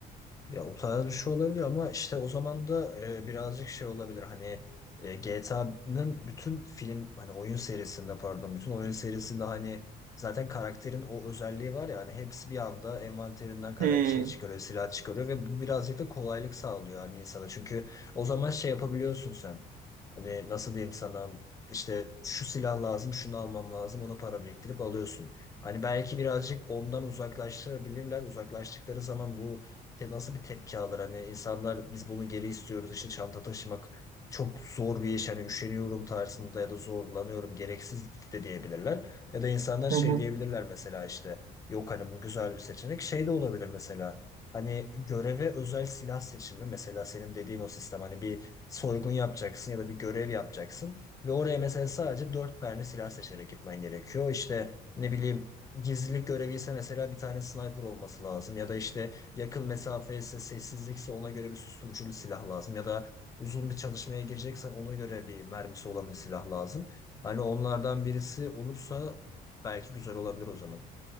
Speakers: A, on the left (about 20°); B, on the right (about 55°).
A: Ya o tarz bir şey olabilir ama işte o zaman da e, birazcık şey olabilir hani e, GTA'nın bütün film hani oyun serisinde pardon bütün oyun serisinde hani zaten karakterin o özelliği var ya hani hepsi bir anda envanterinden kara
B: Hmm,
A: şey çıkarıyor silah çıkarıyor ve bu birazcık da kolaylık sağlıyor hani insana çünkü o zaman şey yapabiliyorsun sen Hani nasıl diyeyim sana işte şu silah lazım şunu almam lazım ona para biriktirip alıyorsun. Hani belki birazcık ondan uzaklaştırabilirler. Uzaklaştıkları zaman bu te- nasıl bir tepki alır? Hani insanlar biz bunu geri istiyoruz işte çanta taşımak çok zor bir iş hani üşeniyorum tarzında ya da zorlanıyorum gereksiz de diyebilirler. Ya da insanlar şey
B: Hı hı.
A: diyebilirler mesela işte yok hani bu güzel bir seçenek şey de olabilir mesela. Hani göreve özel silah seçimi mesela senin dediğin o sistem hani bir soygun yapacaksın ya da bir görev yapacaksın ve oraya mesela sadece dört tane silah seçerek gitmen gerekiyor. İşte ne bileyim gizlilik görevi ise mesela bir tane sniper olması lazım ya da işte yakın mesafe ise sessizlikse ona göre bir susturuculu silah lazım ya da uzun bir çalışmaya gireceksen ona göre bir mermisi olan bir silah lazım. Hani onlardan birisi olursa belki güzel olabilir o zaman.